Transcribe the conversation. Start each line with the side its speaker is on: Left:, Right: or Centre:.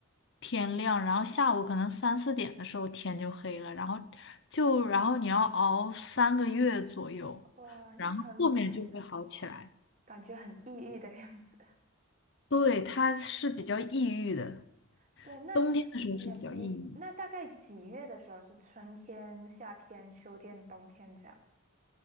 Left: 天亮，然后下午可能三四点的时候天就黑了，然后就然后你要熬三个月左右，
Right: 哇，那很短，
Left: 然后后面就会好起来。
Right: 感觉很抑郁的样子。
Left: 对，它是比较抑郁的，
Right: <laughs> 对，那你你那大概几月的时候是春天、
Left: 冬天的时候是比较抑郁。
Right: 夏天、秋天、冬天这样？